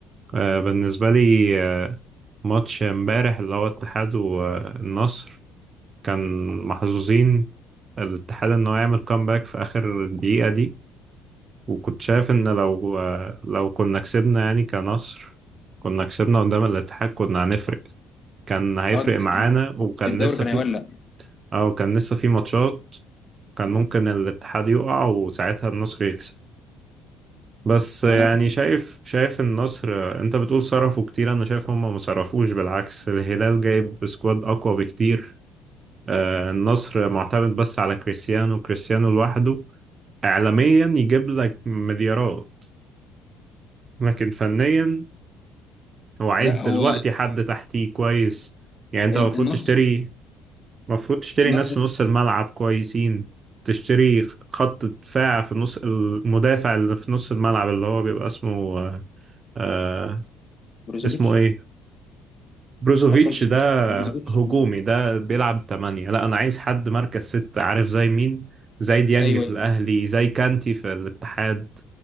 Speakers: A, on the right; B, on the left.
A: آه، بالنسبة لي آه، ماتش امبارح اللي هو الاتحاد والنصر كان محظوظين الاتحاد إنه يعمل كامباك في آخر الدقيقة دي وكنت شايف ان لو لو كنا كسبنا يعني كمصر كنا كسبنا قدام الاتحاد كنا هنفرق كان هيفرق
B: اه
A: معانا وكان
B: الدوري
A: لسه
B: كان
A: في
B: هيولع
A: او كان لسه في ماتشات كان ممكن الاتحاد يقع وساعتها النصر يكسب بس يعني
B: ما انا
A: شايف شايف النصر انت بتقول صرفوا كتير انا شايف هم ما صرفوش بالعكس الهلال جايب سكواد اقوى بكتير آه، النصر معتمد بس على كريستيانو كريستيانو لوحده اعلاميا يجيب لك مليارات لكن فنيا هو عايز
B: لا
A: دلوقتي
B: هو
A: حد تحتيه كويس يعني انت
B: ال-
A: المفروض
B: النص
A: تشتري المفروض تشتري
B: الن-
A: ناس في نص الملعب كويسين تشتري خط دفاع في نص المدافع اللي في نص الملعب اللي هو بيبقى اسمه آه آه،
B: بروزوفيتش
A: اسمه ايه بروزوفيتش
B: خط نص
A: ده
B: بروزوفيتش
A: هجومي
B: مم.
A: ده بيلعب تمانية لا انا عايز حد مركز ستة عارف زي مين زي ديانج
B: ايوه
A: في
B: ايوه
A: الاهلي زي كانتي في الاتحاد